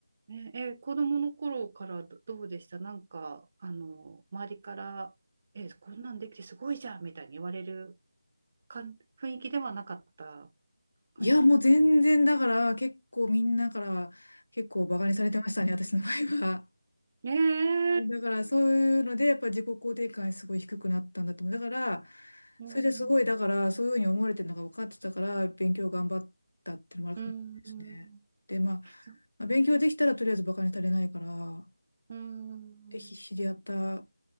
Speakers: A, on the right; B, on the left.
A: ねえ、子供の頃からどどうでしたなんか、あの、周りから、え、こんなんできてすごいじゃんみたいに言われるかん雰囲気ではなかった感じですか
B: いや、もう全然だから、結構みんなから結構バカにされてましたね、
A: うん。
B: 私の場合は。
A: ねえ、
B: だからそういうので、やっぱ自己肯定感すごい低くなったんだと思う。だから、
A: うん、
B: それですごい、だから、そういうふうに思われてるのが分かってたから、勉強頑張ったっていうのもあるかもしれないですね。
A: うん、うん、
B: で、まあ、
A: そ
B: まあ勉強できたらとりあえずバカにされないから、
A: うん。
B: で、必死でやった